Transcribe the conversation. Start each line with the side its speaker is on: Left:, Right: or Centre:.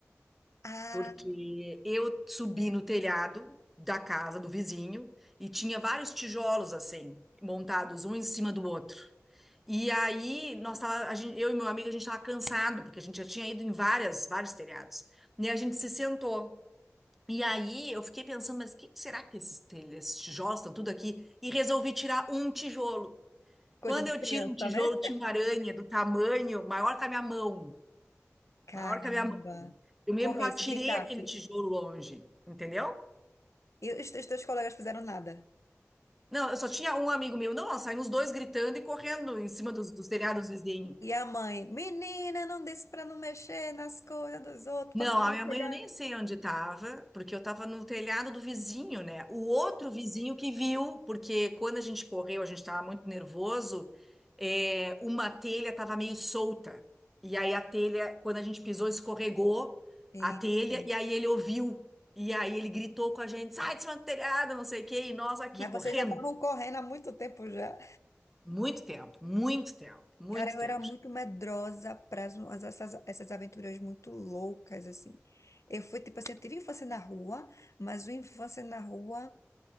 Left: Ah,
Centre: porque eu subi
Left: que medo.
Centre: no telhado da casa do vizinho e tinha vários tijolos assim, montados um em cima do outro. E aí, nós tava, a gente, eu e meu amigo, a gente estava cansado, porque a gente já tinha ido em várias, vários telhados. E a gente se sentou. E aí, eu fiquei pensando, mas o que que será que esses, telha- esses tijolos estão tudo aqui? E resolvi tirar um tijolo.
Left: coisa
Centre: Quando
Left: de
Centre: eu
Left: criança,
Centre: tiro um tijolo,
Left: né?
Centre: tinha uma aranha do tamanho maior que a minha mão.
Left: Caramba.
Centre: Maior que a minha mão. Eu mesmo
Left: Corresse,
Centre: que eu atirei
Left: gritasse.
Centre: aquele tijolo longe, entendeu?
Left: E os, os teus colegas fizeram nada.
Centre: Não, eu só tinha um amigo meu. Não, nós saímos dois gritando e correndo em cima dos, dos telhados vizinhos.
Left: E a mãe, menina, não disse pra não mexer nas coisas dos outros,
Centre: Não,
Left: pra subir
Centre: a minha
Left: no telhado.
Centre: mãe eu nem sei onde estava, porque eu estava no telhado do vizinho, né? O outro vizinho que viu, porque quando a gente correu, a gente estava muito nervoso, é, uma telha estava meio solta. E aí a telha, quando a gente pisou, escorregou
Left: Eita.
Centre: a telha, e aí ele ouviu. E aí ele gritou com a gente, sai de cima do telhado, não sei o quê, e nós aqui
Left: Mas
Centre: correndo.
Left: vocês já estavam correndo há muito tempo já.
Centre: Muito tempo, muito tempo, muito
Left: Cara, eu
Centre: tempo.
Left: era muito medrosa para essas, essas aventuras muito loucas, assim. Eu fui, tipo assim, eu tive infância na rua, mas o infância na rua.